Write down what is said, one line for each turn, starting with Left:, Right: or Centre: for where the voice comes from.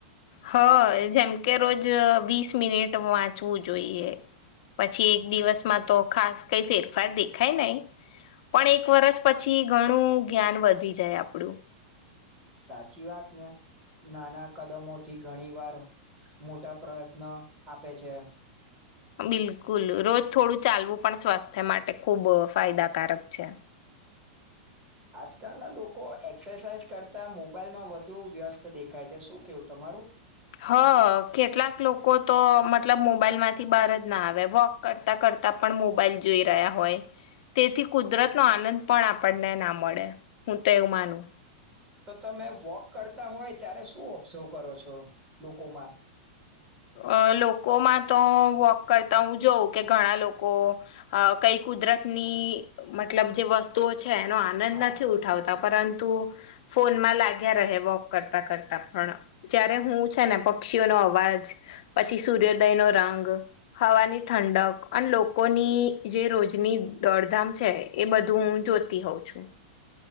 Left: હ જેમ કે રોજ વીસ મિનિટ વાંચવું જોઈએ પછી એક દિવસમાં તો ખાસ કઈ ફેરફાર દેખાય નહી પણ એક વરષ પછી ઘણું જ્ઞાન વધી જાય આપણું.
Right: સાચી વાતને નાના કદમોથી ઘણી વાર મોટા પ્રયત્ન આપે છે.
Left: બિલકુલ રોજ થોડું ચાલવું પણ સ્વાસ્થ્ય માટે ખુબ ફાયદાકારક છે.
Right: આજકાલના લોકો એક્સરસાઇઝ કરતા, મોબાઈલમાં વધુ વ્યસ્ત દેખાય છે શું કેવું તમારું?
Left: હ કેટલાક લોકો તો મતલબ મોબાઈલ માંથી બહાર જ ના આવે વોક કરતા કરતા પણ મોબાઈલ જોઈ રહ્યા હોય તેથી કુદરત નો આનંદ પણ આપણને ના મળે હું તો એવું માનું.
Right: તો તમે વોક કરતા હોય, ત્યારે શું ઓબ્ઝર્વ કરો છો લોકોમાં?
Left: અ લોકોમાં તો વોક કરતા હું જોઉં કે ઘણા લોકો કઈ કુદરતની મતલબ જે વસ્તુઓ છ છે એનો આનંદ
Right: હા
Left: નથી ઉઠાવતા. પરંતુ ફોનમાં લાગ્યા રહે વોક કરતા કરતા પણ જય્યારે હું છે ને પક્ષીઓનો અવાજ પછી સૂર્યોદયનોો રંગ હવાની ઠંડક અને લોકોની જે રોજની દોડધામ છે એ બધું હું જોતી હોઉં છું.